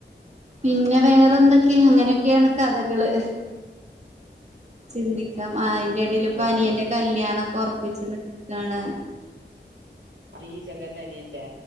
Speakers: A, on the right; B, on the right.
A: പിന്നെ വേറെ ന്തൊക്കെയ അങ്ങനെയൊക്കെയാണ് കഥകള് ചിന്തിക്കാം അ പിന്നെപ്പം
B: ആ
A: അനിയന്റെ കല്യാണം ക്കെ ഉറപ്പിച്ചിട്ടാണ്
B: അറ ഈ ജഗൻന്റെനീൻന്റെ